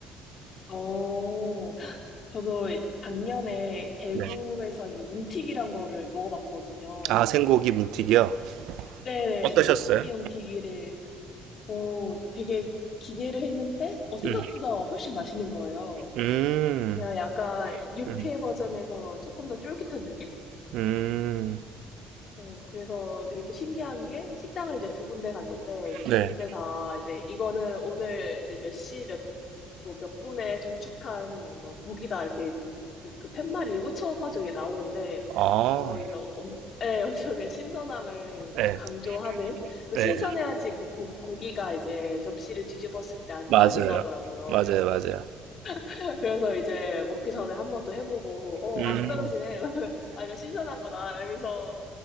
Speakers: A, on the left; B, on the right.
A: 어, 저도 작년에 대구에서
B: 네.
A: 이게 뭉티기란 거를 먹어봤거든요.
B: 아, 생고기 뭉티기요?
A: 네네,
B: 어떠셨어요?
A: 생고기 뭉티기를, 어, 되게 기대를 했는데, 어, 생각보다
B: 음.
A: 훨씬 맛있는 거예요.
B: 음,
A: 그냥 약간 육회
B: 음,
A: 버전에서 조금 더 쫄깃한 느낌?
B: 음.
A: 어, 그래서 되게 또 신기한 게 식당을 이제 두 군데 갔는데 두
B: 네.
A: 군데 다 이제 이거는 오늘 이제 몇 시 몇, 뭐 몇 분에 도축한 뭐 고기다 이렇게 그, 그 팻말이 꽂혀가지고 이게 나오는데
B: 아,
A: 어, 그래서 엄, 예, <laughs> 엄청 그 신선함을
B: 네,
A: 좀 강조하는 또
B: 네,
A: 신선해야지 그 고, 고기가 이제 접시를 뒤집었을 때 안
B: 맞아요.
A: 떨어진다 하더라고요.
B: 맞아요, 맞아요.
A: <laughs> 그래서 이제 먹기 전에 한 번 또 해보고
B: 음,
A: 어, 안 떨어지네. <laughs> 아, 이거 신선한 거다. 이러면서